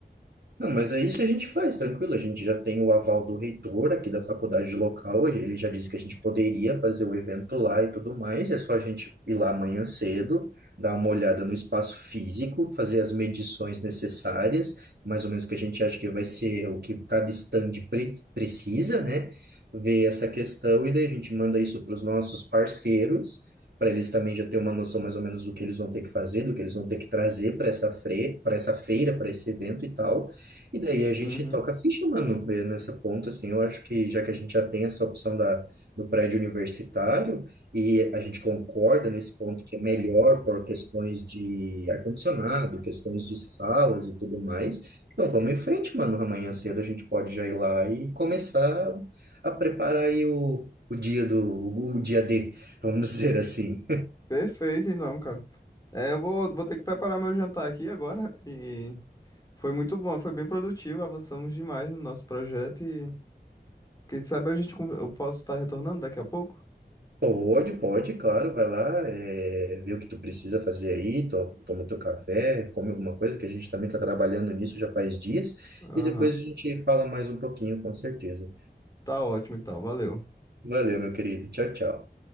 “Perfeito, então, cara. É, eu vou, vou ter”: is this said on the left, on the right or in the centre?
Left